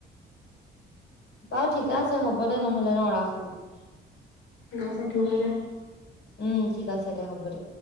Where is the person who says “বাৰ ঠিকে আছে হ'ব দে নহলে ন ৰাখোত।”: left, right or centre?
Left